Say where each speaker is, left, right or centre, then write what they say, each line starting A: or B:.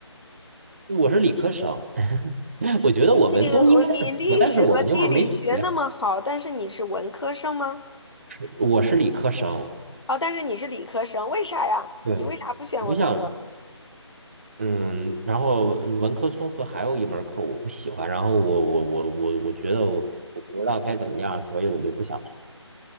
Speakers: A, on the right (about 25°); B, on the left (about 65°).
A: 我是理科生，<laughs> 我觉得我文综应该是不错，
B: 你我你历史和地理学那么好，
A: 但是我那会儿没学，
B: 但是你是文科生吗？
A: 是我是理科生。
B: 哦，但是你是理科生，为啥呀？
A: 对，
B: 你为啥不选文科？
A: 我想，嗯，然后文科综合还有一门课我不喜欢，然后我我我我我觉得我我不知道该怎么样，所以我就不想学。